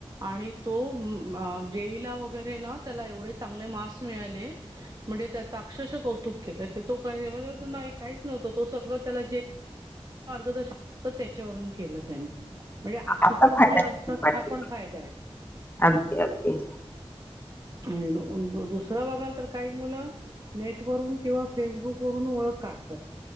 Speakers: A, on the right (about 40°); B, on the left (about 20°).
A: आणि तो जय ला. तर हे ना त्याला एवढे चांगले मार्क्स मिळाले म्हणजे त्याचा अक्षरशः कौतुक केल. तो का काहीच नव्हतं तो सगळ त्याला जे. मार्गदर्शन तर त्याच्यावरून केलं त्याने म्हणजे आशी
B: आता
A: पण
B: फायदा
A: मुलं
B: केला
A: अस. तर
B: पाहिजे
A: हा पण फायदा आहे.
B: अगदी अगदी.
A: आणि नो दु दु दुसरं बघाल तर काही मुलं नेटवरून किंवा फेसबुक पोरून ओळख काढतात